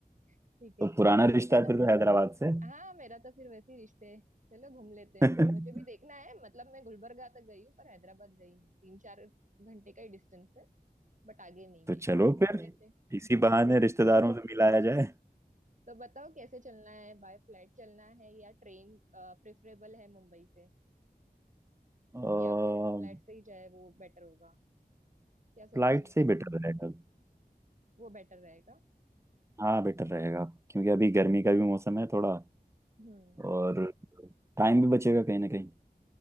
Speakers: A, on the right; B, on the right.
A: ठीक है
B: तो
A: कोई
B: पुराना
A: नहीं
B: रिश्ता
A: चलो
B: है फिर तो हैदराबाद
A: घूमने
B: से
A: हाँ मेरा तो फिर वैसे ही रिश्ते है चलो घूम लेते हैं
B: <laughs>
A: मुझे भी देखना है मतलब मैं गुलबर्गा तक गई हूँ पर हैदराबाद गई हूँ तीन चार घंटे का ही डिस्टेंस है बट आगे नहीं गई
B: तो चलो
A: हूँ तो घूम
B: फिर
A: लेते हैं
B: इसी
A: हम्म
B: बहाने रिश्तेदारों से मिलाया जाए
A: तो बताओ कैसे चलना है बाय फ्लाइट चलना है या ट्रेन प्रेफरेबल है मुंबई से
B: और
A: या फिर फ्लाइट से ही जाए वो बेटर होगा क्या सजेशन
B: फ्लाइट से बेटर रहेगा
A: वो बेटर रहेगा
B: हाँ बेटर रहेगा क्योंकि अभी गर्मी का भी मौसम है थोड़ा
A: हम्म
B: और टाइम भी बचेगा कहीं ना कहीं